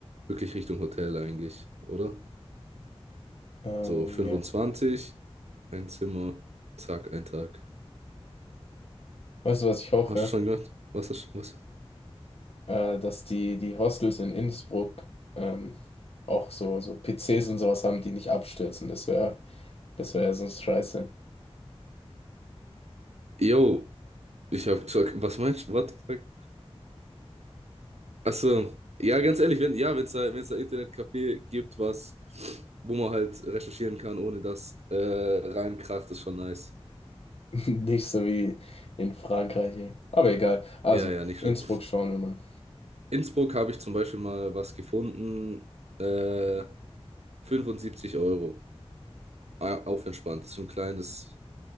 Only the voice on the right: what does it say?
wirklich Richtung Hotel eigentlich, oder?
So 25,
ein Zimmer, zack, ein Tag.
Hast du schon gehört? Was ist, was?
Yo, ich hab gesagt, was meinst du? What the fuck? Achso, ja, ganz ehrlich, wenn ja, wenn es da, wenn es da Internetcafé gibt, was, wo man halt recherchieren kann, ohne dass äh, reinkracht, ist schon nice.
Ja, ja, nicht
schlimm.
Innsbruck habe ich zum Beispiel mal was gefunden, äh, 75 Euro, a- auf entspannt. Das ist so ein kleines,